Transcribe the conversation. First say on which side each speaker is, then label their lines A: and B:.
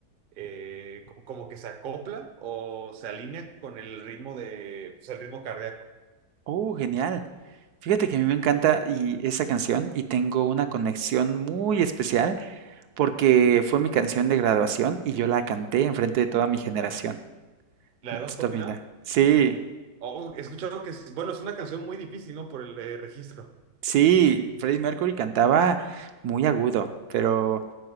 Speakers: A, on the right; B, on the right.
A: eh, co- como que se acopla o se alinea con el ritmo de, pues, el ritmo cardíaco.
B: Oh, genial. Fíjate que a mí me encanta y esa canción y tengo una conexión muy especial porque fue mi canción de graduación y yo la canté enfrente de toda mi generación.
A: La
B: de
A: de Don't
B: esta
A: Stop
B: mina.
A: Me Now
B: Sí,
A: Oh, he escuchado que es, bueno, es una canción muy difícil, ¿no? Por el eh, registro.
B: sí, Freddie Mercury cantaba muy agudo, pero